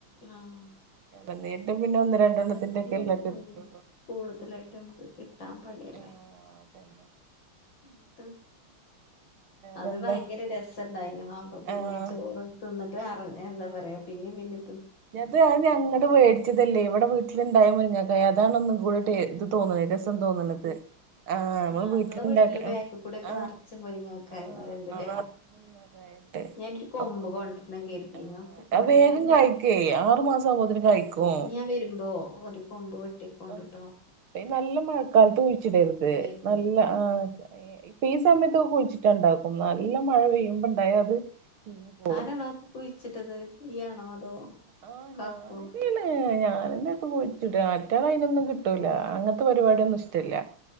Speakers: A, on the left; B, on the right.
A: ആഹ്
B: ആ ഇള നീട്ട് പിന്നെ ഒന്ന് രണ്ടെണ്ണത്തിന്റെ
A: ഇളനീര്
B: ഒക്കെ എല്ലാംക്കെ
A: ആഹ്
B: കിട്ടുള്ളു..
A: കൂടുതലായിട്ട് ഉം നമുക്ക് കിട്ടാൻ പണിയല്ലേ..
B: ആഹ് പിന്നെ..
A: എന്നിട്ട് അത്
B: വേറെന്താ
A: ഭയങ്കര രസ.. ണ്ടായിനും അപ്പ പിന്നെ
B: ആഹ്
A: ചോറ് തിന്നിട്ട് ആ എ എന്താ പറയുക പിന്നെ പിന്നെ
B: ഞത് അത് ഞങ്ങട് മേടിച്ചതല്ലേ ഇവിടെ വീട്ടിലിണ്ടായാൻ മുരിങ്ങക്ക അതാണ് ഒന്നും കൂടെട്ട ടെ.. തോന്നണത് രസം തോന്നണത്.. ആഹ് നമ്മള്
A: ആ
B: വീട്ടിലുണ്ടാക്ക
A: നിങ്ങടെ വീട്ടിലെ ബാക്കി കൂടെക്കെ
B: ആഹ്
A: നറച്ച മുരിങ്ങക്ക
B: ആഹ്
A: ആയിമരുണ്ടല്ലേ..
B: നറച്ച് മുരിങ്ങക്കായണ്ട്
A: ഞാന എനിക്ക് കൊമ്പ്
B: അപ്പൊ
A: കൊണ്ടരണം കരുതിന്
B: ആഹ്
A: കൊണ്ടരാൻ
B: അത് വേഗം
A: പറ്റ
B: കായ്ക്കേ ആറു മാസം ആവുമ്പോത്തിന് കായ്ക്കും
A: ഇനി ഞാൻ വരുമ്പോ ഒരു കൊമ്പ് വെട്ടി കൊണ്ട്ട്ടോ
B: ആഹ് നല്ല മഴക്കാലത്ത് കുഴിച്ചിടരുത്
A: വരണ്ട്
B: നല്ല ആഹ്..
A: ആ
B: ഈ സമയത്തൊ കുഴിച്ചിട്ടാ ഉണ്ടാക്കും നല്ല മഴ പെയ്യുമ്പോണ്ടായാ അത്. ചീഞ്ഞ് പോവും
A: ആരാണ അത് കുഴിച്ചിട്ടത് ഈയാണോ അതോ
B: ആ
A: കാക്കോ
B: ഞാനന്നാണ് ഞാനന്നയാ ഒക്കെ കുഴിച്ചിട്ക മറ്റാളേ അയിനൊന്നും കിട്ടൂല അങ്ങ ഇവടൊന്നും ഇഷ്ടവില്ല.